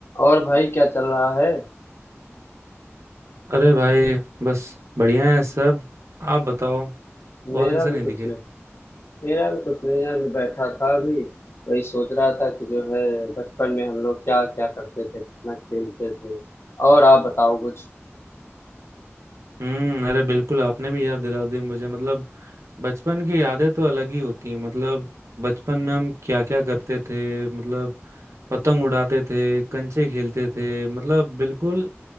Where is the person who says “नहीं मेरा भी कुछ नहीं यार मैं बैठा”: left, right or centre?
Left